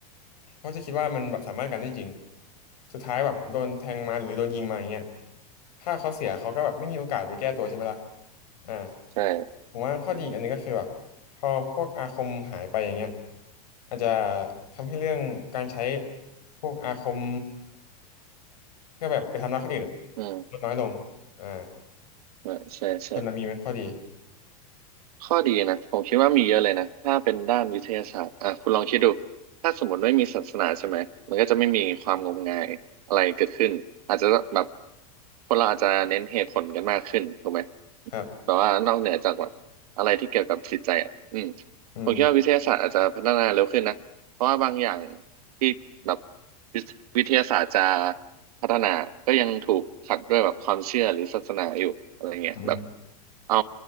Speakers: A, on the left; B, on the right.
A: เพราะจะคิดว่ามันแบบสามารถกันได้จริง สุดท้ายแบบโดนแทงมาหรือโดนยิงมาอย่างเงี้ยถ้าเขาเสียเขาก็แบบไม่มีโอกาสไปแก้ตัวใช่ไหมล่ะอ่า
B: ใช่
A: ผมว่าข้อดีอีกอันหนึงก็คือแบบพอพวกอาคมหายไปอย่างเงี้ย
B: อืม
A: อาจจะทำให้เรื่องการใช้พวกอาคมเพื่อแบบไปทำร้ายคนอื่นอะ
B: อืม
A: ลดน้อยลงอ่า
B: อ่าใช่ใช่
A: คนนั้นมีไหมข้อดี
B: ข้อดีนะผมคิดว่ามีเยอะเลยนะถ้าเป็นด้านวิทยาศาสตร์อ่าคุณลองคิดดูถ้าสมมติไม่มีศาสนาใช่ไหมมันก็จะไม่มีความงมงายอะไรเกิดขึ้นอาจจะแบบคนเราอาจจะเน้นเหตุผลกันมากขึ้นถูกไหม
A: ครับ
B: แต่ว่านอกเหนือจากแบบอะไรที่เกี่ยวกับจิตใจอ่ะอืม
A: อืม
B: ผมคิดว่าวิทยาศาสตร์อาจจะพัฒนาเร็วขึ้นนะเพราะว่าบางอย่างที่แบบวิทวิทยาศาสตร์จะ พัฒนา ก็ยังถูกขัดด้วยแบบความเชื่อหรือศาสนาอยู่อะไรเงี้ยแบบ
A: อืม
B: เอา